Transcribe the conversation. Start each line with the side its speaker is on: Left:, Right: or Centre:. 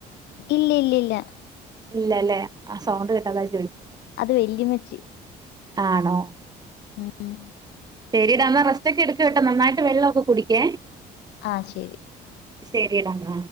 Left: ഇല്ലയില്ലയില്ല.
Right: ഇല്ലാല്ലേ ആ സൗണ്ട് കേട്ടതാ അതാ ചോയിച്ചേ.
Left: അത് വെല്ലിമച്ചി.
Right: ആണോ
Left: ഉം ഉം.
Right: എടീടാന്ന റസ്റ്റൊക്കെയെടുക്ക് കേട്ടൊ നന്നായിട്ട് വെള്ളൊക്കെ കുടിക്കേ.
Left: ആ ശെരി.
Right: ശെരിടാന്നാ.